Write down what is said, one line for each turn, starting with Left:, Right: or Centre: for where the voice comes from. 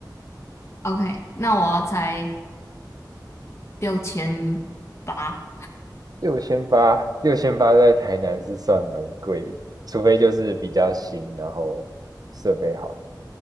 Left: OK，那我要猜六千八。
Right: 六千八，六千八在台南是算蛮贵的，除非就是比较新，然后设备好，